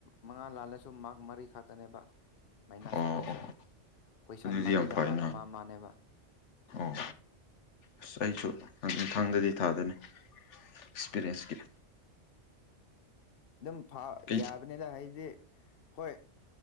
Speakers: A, on the left (about 55°); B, on the left (about 75°).
A: ꯃꯉꯥ ꯂꯥꯜꯂꯁꯨ ꯃꯥꯛ ꯃꯔꯤ ꯈꯛꯇꯅꯦꯕ ꯃꯥꯏꯅꯁ
B: ꯑꯣ
A: ꯇꯥꯗꯣꯏꯁꯦ ꯀꯣꯏꯁꯟ
B: ꯑꯗꯨꯗꯤ
A: ꯃꯔꯤꯗ
B: ꯌꯥꯝ ꯐꯩꯅ
A: ꯃꯥꯛ ꯑꯃ ꯑꯃꯅꯦꯕ
B: ꯑꯣ ꯑꯁ ꯑꯩꯁꯨꯊꯥꯡꯗꯗꯤ ꯊꯥꯗꯅꯤ ꯑꯦꯛꯁꯄꯤꯔꯤꯌꯦꯟꯁꯀꯤ
A: ꯗꯨꯝ ꯐ
B: ꯑꯩ
A: ꯌꯥꯕꯅꯦꯗ ꯍꯥꯏꯗꯤ ꯍꯣꯏ